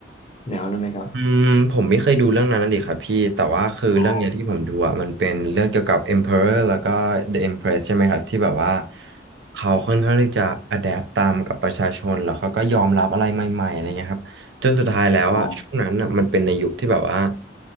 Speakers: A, on the left; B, on the right.
A: แนวนั้นไหมครับ
B: อืมผมไม่เคยดูเรื่องนั้นนะดิครับพี่แต่ว่าคือเรื่องเนี้ยที่ผมดูอ่ะมันเป็นเรื่องเกี่ยวกับ
A: อ๋อ
B: Emperor แล้วก็ The Empress ใช่ไหมครับที่แบบว่าเขาค่อนข้างที่จะ adapt ตามกับประชาชนแล้วเขาก็ยอมรับอะไรใหม่ๆอะไรเงี้ยครับจนสุดท้ายแล้วอ่ะช่วงนั้นอ่ะมันเป็นในยุคที่แบบว่า
A: อ๋อ